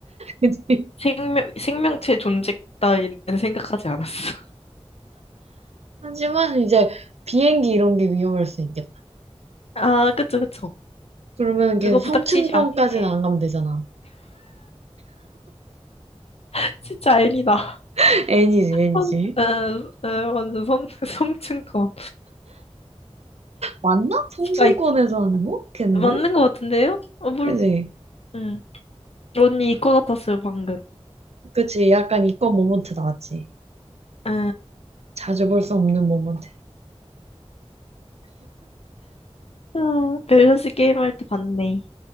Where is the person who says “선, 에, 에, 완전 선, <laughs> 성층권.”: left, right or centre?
Left